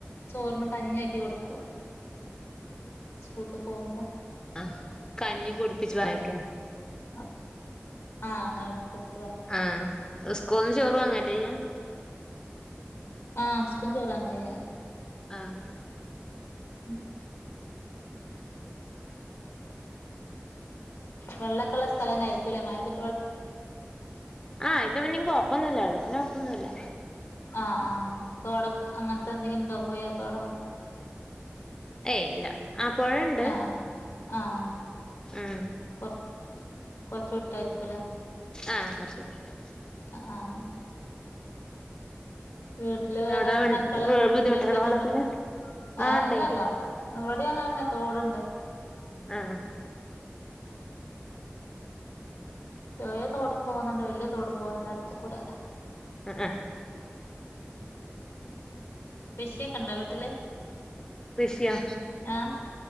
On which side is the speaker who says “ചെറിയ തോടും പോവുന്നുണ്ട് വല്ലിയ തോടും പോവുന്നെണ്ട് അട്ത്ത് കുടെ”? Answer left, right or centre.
Left